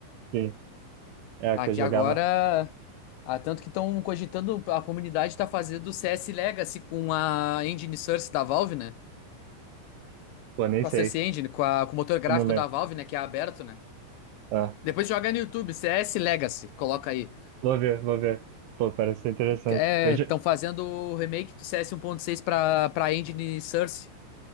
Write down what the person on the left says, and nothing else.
Aqui
agora, ah, tanto que estão cogitando, a comunidade tá fazendo o CS Legacy com a engine source da Valve, né?
Com
a Source Engine, com, a- com o motor gráfico
da Valve, né, que é aberto, né?
Depois joga no YouTube, CS Legacy, coloca aí.
É,
estão fazendo o remake do CS seis pra, pra engine source.